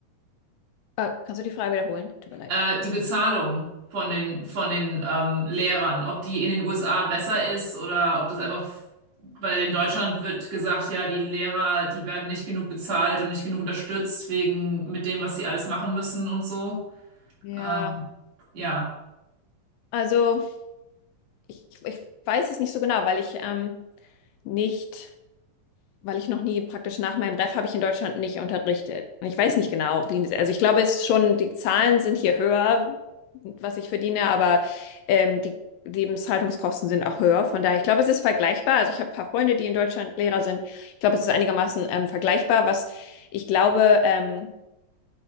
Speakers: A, on the left; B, on the right.
A: Äh, kannst du die Frage wiederholen? Tut mir leid.
B: Äh, die Bezahlung von den, von den ähm, Lehrern, ob die in den USA besser ist oder ob das einfach, weil in Deutschland wird gesagt, ja, die Lehrer, die werden nicht genug bezahlt und nicht genug unterstützt wegen mit dem, was sie alles machen müssen und so.
A: Ja,
B: Ähm, ja,
A: Also, ich, ich weiß es nicht so genau, weil ich ähm, nicht weil ich noch nie praktisch nach meinem Ref habe ich in Deutschland nicht unterrichtet. Und ich weiß nicht genau, wie, also ich glaube, es ist schon, die Zahlen sind hier höher, was ich verdiene, aber ähm, die Lebenshaltungskosten sind auch höher. Von daher, ich glaube, es ist vergleichbar. Also ich habe ein paar Freunde, die in Deutschland Lehrer sind. Ich glaube, es ist einigermaßen ähm, vergleichbar. Was ich glaube, ähm,